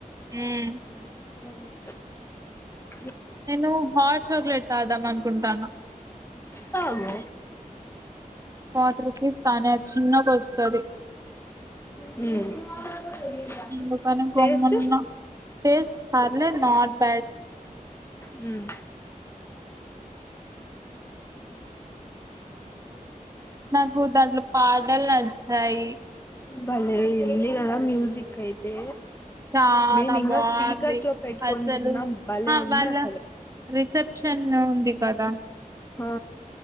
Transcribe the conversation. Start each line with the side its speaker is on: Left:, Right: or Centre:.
Right: హ్మ్
Left: భోజనం <unintelligible>
Right: నేను హాట్ చాక్లెట్ తాగుదాం అనుకుంటాన్న
Left: తాగు
Right: ఫార్టీ రుపీస్ కానీ అది చిన్నదోస్తది.
Left: ఉమ్మ్
Right: అందుకని
Left: టేస్ట్
Right: గమ్మునున్న టేస్ట్ పర్లేదు నాట్ బ్యాడ్.
Left: మ్మ్ <inaudible>
Right: నాకు దాంట్లో పాటల్ నచ్చాయి.
Left: భలే ఉంది కదా మ్యూజిక్ అయితే
Right: చాలా
Left: మేము ఇంకా
Right: బాగుంది
Left: స్పీకర్స్ లో పెట్టుకొని
Right: అసలు
Left: విన్నాం భలే
Right: హా
Left: ఉంది
Right: వాళ్ళ
Left: అసలు
Right: రిసెప్షన్ ఉంది. కదా
Left: ఆ